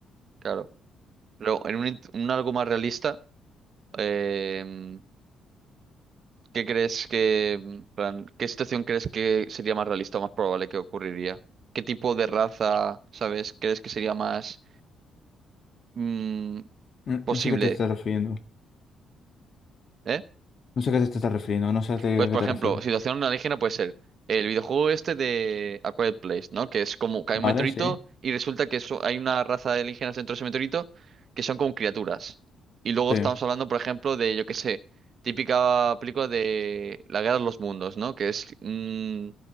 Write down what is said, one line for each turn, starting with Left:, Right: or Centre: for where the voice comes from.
Right: claro, pero en un, int- un algo más realista, eh, ¿qué crees que, plan, qué situación crees que sería más realista o más probable que ocurriría? ¿Qué tipo de raza, sabes, crees que sería más mm,
Left: No,
Right: posible,
Left: no sé a qué te estás refiriendo.
Right: ¿eh?
Left: No sé a qué te estás refiriendo, no sé a qué
Right: Pues,
Left: a
Right: por
Left: qué te
Right: ejemplo,
Left: refieres.
Right: situación alienígena puede ser el videojuego este de A Quiet Place, ¿no? Que es como cae
Left: ¿Vale?
Right: un meteorito
Left: Sí.
Right: y resulta que eso- hay una raza de alienígenas dentro de ese meteorito que son como criaturas. Y luego
Left: Sí.
Right: estamos hablando, por ejemplo, de, yo qué sé, típica película de La Guerra de los Mundos, ¿no? Que es... mm,